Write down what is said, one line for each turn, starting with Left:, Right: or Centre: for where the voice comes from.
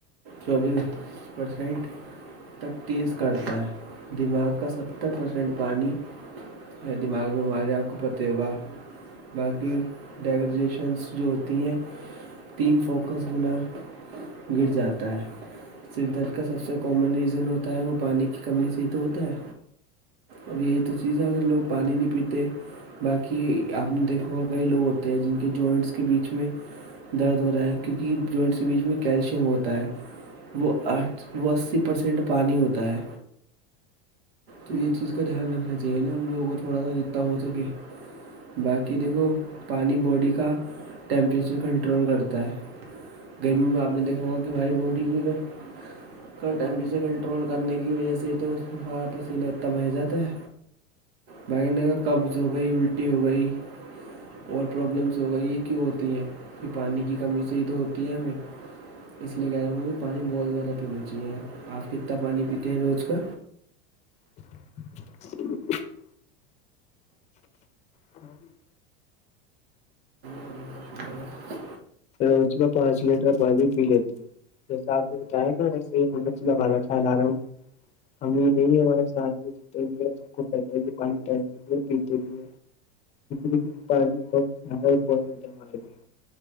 Right: چوبیس پرسینٹ تک تیز کرتا ہے دماغ کا ستر پرسینٹ پانی ہے دماغ میں بیماریاں آپ کو پتہ ہوگا باقی ڈیکوریشنس جو ہوتی ہیں تین فوکس گنا گر جاتا ہے سر درد کا سب سے کامن ریزن ہوتا ہے وہ پانی کی کمی سے ہی تو ہوتا ہے اب یہی تو چیز ہے اگر لوگ پانی نہیں پیتے باقی ہم دیک اور کئی لوگ ہوتے ہیں جن کے جوائنٹس کے بیچ میں درد ہو رہا ہے کیونکہ جوائنٹس کے بیچ میں کیلشیم ہوتا ہے وہ آٹھ وہ اسی پرسینٹ پانی ہوتا ہے تو یہ چیز کا دھیان رکھنا چاہیے نا ہم لوگوں کو تھوڑا سا جتنا ہو سکے باقی دیکھو پانی باڈی کا ٹیمپریچر کنٹرول کرتا ہے گرمی میں آپ نے دیکھا ہوا کہ ہماری باڈی ٹیک ہے کا ٹیمپیچر کنٹرول کرنے کی وجہ سے تو اس میں فارا پسینتم بہ جاتا ہے بھائی انڈ میں قبز ہو گئی الٹی ہو گئی اور پرابلمس ہو گئی یہ کیوں ہوتی ہیں پھر پانی کی کمی صی تو ہوتی ہے ہمیں اس لیے کہہ رہا میں بھی پانی بہت زیادہ پینا چاہیے آپ کتنا پانی پیتے ہیں روز کا
Left: <inaudible> ہوں
Right: <inaudible>
Left: پچ اس میں پانچ لیٹر پانی پی لیتی ہوں جیسا آپ نے بتایا نا ایے ہیگانا رہا ہمیں نہیں ہمارے ساتھ میں جتے بھی ہیں سب کو کہتے ہے کہ پانی ٹائم سے پیتے بھی ہیں پانی بہت زیادہ امپورٹنٹ ہے ہمارے لی